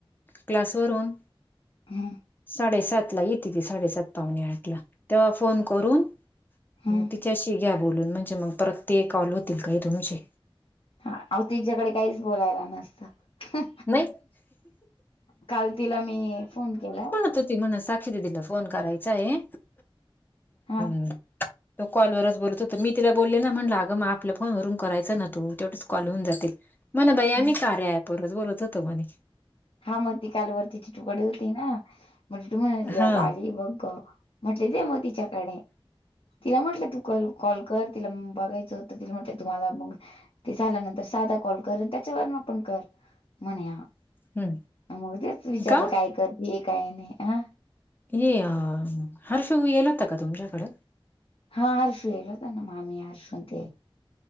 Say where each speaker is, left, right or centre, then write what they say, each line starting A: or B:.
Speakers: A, on the left (about 20°); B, on the left (about 70°).
A: क्लासवररून
B: हम्
A: साडेसात ला येते ती साडेसात पाहणे आठ ला तेव्हा फोन करून
B: हम्म
A: त त्याशी घ्या बोलून म्हणजे मग परत ते कॉल होतील काही तुमचे
B: हा तिच्याकडे काहीच बोलायला नसतं
A: नाही
B: काल तिला मी फोन केला
A: म्हण साीला फोन करायचा आहे
B: हां
A: हम् तो कॉलवरच बोलत होत मी तिला बोलले ना म्हणलं अगं मग आपल्या फोनवरून करायचा ना तू तेवटीच कॉल होऊन जातील म्हणा भैया
B: हा
A: मी कार्या आहे पोरस बोलत होतो म्हणे
B: हा मग ती कालवररतीची तुकडे होती ना म्हजे तू म्हणाली
A: हा
B: आली बघ म्हटले ते मग तिच्याकडे तिला म्हटलं तू कल कॉल कर तिला बघायचं तिला म्हटलं तुम्हाला मग ते झाल्यानंतर साधा कॉल कर आणि त्याच्या वून आपण कर म्हणे
A: हम्म
B: मग तेच विचारलं
A: का
B: काय करतेय काय नाही हा
A: ये अ हरशव येल होत का तुमच्याकड
B: हा हर्षू येल होत ना मामी हर्षून ते